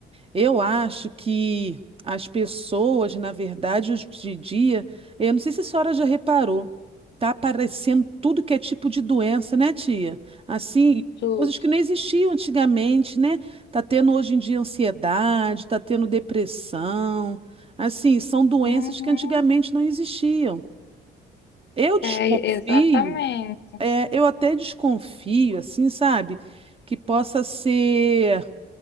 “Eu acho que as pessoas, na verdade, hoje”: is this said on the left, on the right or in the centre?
Right